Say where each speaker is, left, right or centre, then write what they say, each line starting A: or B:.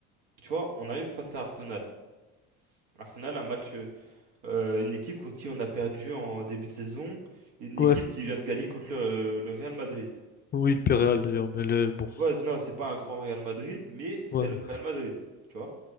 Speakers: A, on the right; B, on the left.
A: tu vois, on arrive face à Arsenal. Arsenal, un match, euh, euh, une équipe contre qui on a perdu en début de saison, une équipe
B: ouais.
A: qui vient de gagner contre le, euh, le Real Madrid.
B: Oui, il perd
A: Bon,
B: Real
A: c'est-
B: d'ailleurs, mais le- bon,
A: ouais, non, c'est pas un grand Real Madrid, mais c'est
B: ouais,
A: le Real Madrid, tu vois.